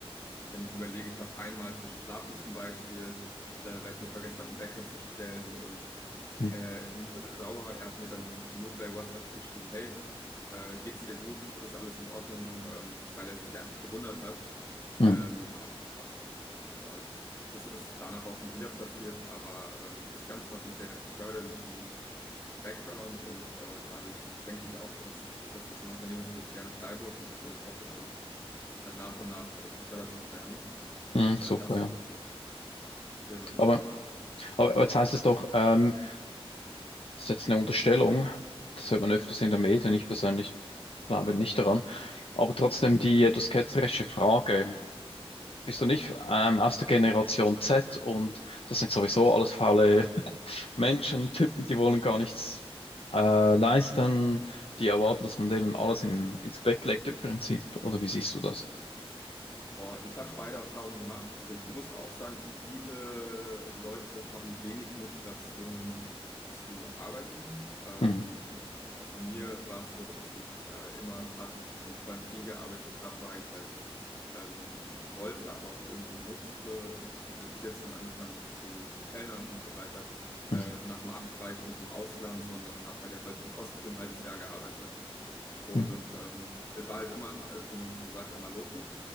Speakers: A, on the left (about 25°); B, on the left (about 70°).
A: wenn ich überlege, ich habe einmal verschlafen zum Beispiel, äh, weil ich mir vergessen habe, einen Wecker zu stellen und
B: Mhm.
A: äh, null sauer. Er hat mir dann nur bei WhatsApp geschrieben, hey, äh, geht's dir gut? Ist alles in Ordnung? Ähm, weil er sich einfach gewundert hat.
B: Mhm.
A: Ähm, aber es war's auch. Und äh, das ist danach auch nie wieder passiert. Aber ähm, das Ganze hat einen sehr förderlichen Background und äh, dadurch denke ich auch, dass, dass das ein Unternehmen ist, wo ich gerne bleibe und wo ich hoffe, dann auch äh, nach und nach äh, gefördert zu werden.
B: Mhm.
A: Äh,
B: Super,
A: das
B: ja.
A: so jemanden
B: Aber,
A: zu haben.
B: aber aber jetzt heißt es doch, ähm, das ist jetzt eine Unterstellung. Das hört man öfters in der Medien. Ich persönlich glaube nicht daran. Aber trotzdem die etwas ketzerische Frage. Bist du nicht ähm, aus der Generation Z und das sind sowieso alles faule Menschen tippen, die wollen gar nichts äh, leisten, die erwarten, dass man denen alles in, ins Bett legt im Prinzip. Oder wie siehst du das?
A: Oh, ich habe beide Erfahrungen gemacht. Also ich muss auch sagen, viele Leute haben wenig Motivation zu arbeiten. Ähm,
B: Mhm.
A: bei mir war es so, dass ich äh, immer hart und vor allem viel gearbeitet habe, weil ich halt ähm, wollte, aber auch irgendwo musste. Habe mit 14 angefangen zu, zu kellnern und so weiter. Äh,
B: Mhm.
A: nach dem Abi war ich nicht im Ausland, sondern habe bei der Deutschen Post für ein halbes Jahr gearbeitet. Und
B: Mhm.
A: ähm, war halt immer, äh, wie man so sagt, am Malochen.